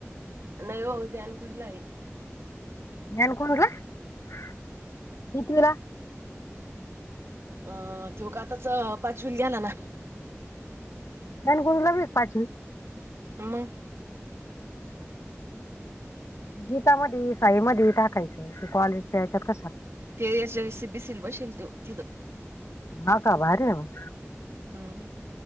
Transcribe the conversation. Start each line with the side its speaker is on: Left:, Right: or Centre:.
Right: नाही हो ध्यान कुजला आहे
Left: <inaudible>
Right: अं तेव का आताच पाचवील गेला ना
Left: दण गुंदला ब एक पाचवी
Right: मग
Left: गीतामध्ये साई म टाकायचं क कॉलज यायच्यात कशात
Right: <inaudible>
Left: हा का भारी य मग
Right: हम्म